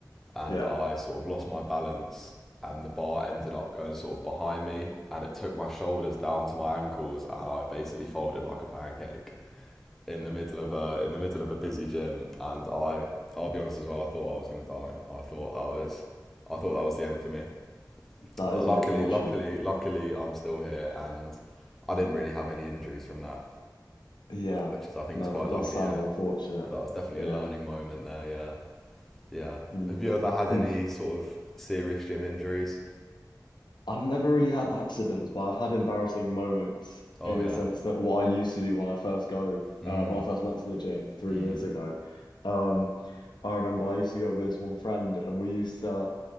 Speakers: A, in the centre; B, on the left.
A: and
B: Yeah,
A: I sort of lost my balance and the bar ended up going sort of behind me and it took my shoulders down to my ankles and I basically folded like a pancake in the middle of a in the middle of a busy gym and I I'll be honest as well I thought I was going to die. I thought that was I thought that was the end for me.
B: that
A: But
B: is
A: luckily
B: unfortunate.
A: luckily luckily I'm still here and I didn't really have any injuries from that,
B: Yeah.
A: which is I think
B: No,
A: it's quite
B: that
A: lucky,
B: does sound
A: yeah.
B: unfortunate.
A: But that was definitely
B: Yeah.
A: a learning moment there, yeah. Yeah.
B: Mm.
A: Have you ever had
B: <laughs>
A: any sort of serious gym injuries?
B: I've never really had accidents, but I've had embarrassing moments
A: Oh
B: in
A: yeah.
B: the sense that what I used to do when I first go,
A: Mm.
B: uh, when I first went to the gym three
A: Mm.
B: years ago, um, I remember I used to go with this one friend and we used to